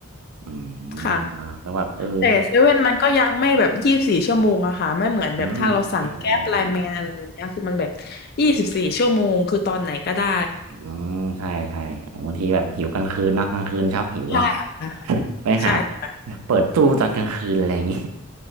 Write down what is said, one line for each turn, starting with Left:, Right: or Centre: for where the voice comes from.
Right: อืม
Left: ค่ะ
Right: แล้วแบบเออ
Left: แต่เซเว่นมันก็ยังไม่แบบยี่สิบสี่ชั่วโมงอะค่ะไม่เหมือนแบบถ้าเราสั่งแก๊ปไลน์แมนอะไรแบบเนี้ยคือมันแบบ
Right: อืมใช่ใช่ใช่
Left: ยี่สิบสี่ชั่วโมงคือตอนไหนก็ได้
Right: อืมใช่ใช่บางทีแบบหิวกลางคืนเนาะกลางคืนชอบหิวเนาะ
Left: ใช่ค่ะ
Right: <laughs> ไปหา
Left: ใช่ค่ะ
Right: เปิดตู้ตอนกลางคืนอะไรอย่างงี้